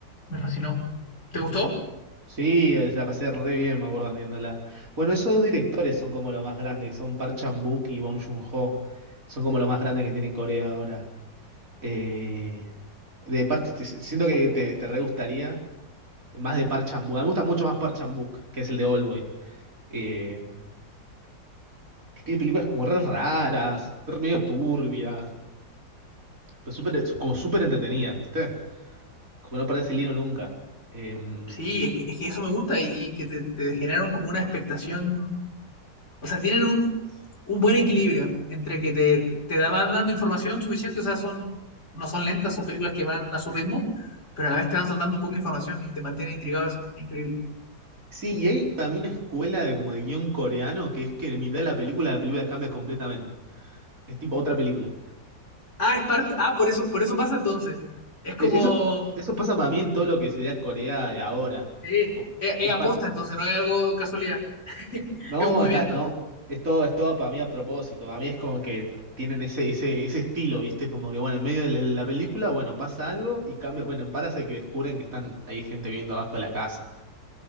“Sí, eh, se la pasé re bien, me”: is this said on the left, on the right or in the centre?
Right